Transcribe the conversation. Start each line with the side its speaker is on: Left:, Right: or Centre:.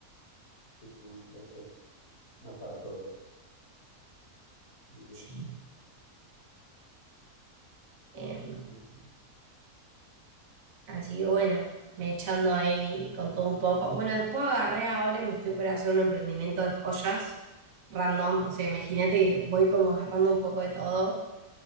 Left: Sí, no, es, es- no es para todos. diría.
Right: Sí. Eh,
Left: Mm.
Right: Así que bueno, me echando ahí con todo un poco. Bueno, después agarré ahora y me estoy por hacer un emprendimiento de joyas random. O sea, imagínate que voy como agarrando un poco de todo.